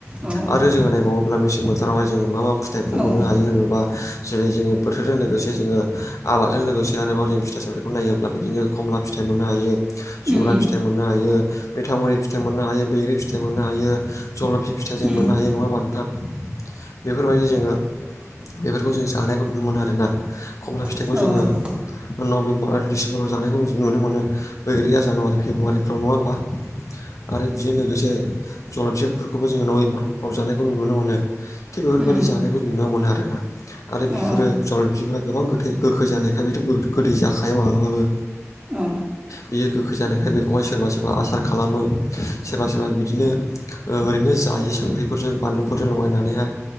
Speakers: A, on the right; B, on the left.
A: औ
B: आरो
A: औ
B: जोङो नायबावोब्ला मेसें बोथोरावहाय जोङो मा मा फिथाइखौ
A: औ
B: मोननो
A: औ
B: हायो होनोबा जेरै जोङो बोथोरजों लोगोसे जोङो आबादजों लोगोसे आरोबाव जों फिथाइ सामथायखौ नायोब्ला बिदिनो खमला फिथाइ मोननो हायो। जुमब्रा
A: उम
B: फिथाइ मोननो हायो मैथा मुरि फिथाइ मोननो हायो बैग्रि फिथाइ मोननो हायो जलफि फिथाइ फिथा जों
A: उम
B: मोननो हायो नङा नोंथां? बेफोरबायदि जोङो बेफोरखौ जों जानायखौ नुनो मोनो आरोना खमला फिथाइखौ
A: औ औ
B: जोङो
A: नंगौ उम औ नंगौ
B: नभेम्बर आरो डिसेम्बराव जानायखौ जों नुनो मोनो बैग्रिया जानुवारि फेब्रुवारिफ्राव नङा होमबा आरो बेजों लोगोसे जल'फि बिफोरखौबो जोङो न'फबजानायखौ नुनो मोनो। थिग बेफोरबायाददि
A: उम
B: जानायखौ नुनो मोनो आरोना आरो
A: औ
B: बिफोरो
A: औ
B: फाव बिफफोरा गोबां गोथै गोखै जानायखाय बेथ' गोदै जाखाया माब्लाबाबो
A: औ उम औ उम
B: बेयो गोखै जानायखाय बेखौहाय सोरबा सोरबा आसार खालामो सोरबा सोरबा बिदिनो ओरैनो जायो संख्रिफोरजों बानलुफोरजों लगायनानैहाय